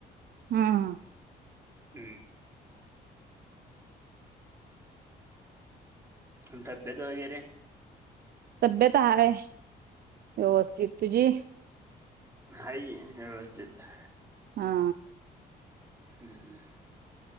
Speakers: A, on the right (about 65°); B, on the right (about 15°).
A: <inaudible> हुम
B: हुम घ तब्येत वगैरे
A: तब्येत <inaudible> हार आहे व्यवस्थित तुझी
B: हाय की व्यवस्थित
A: हा
B: <unintelligible> <inaudible> हुम् हु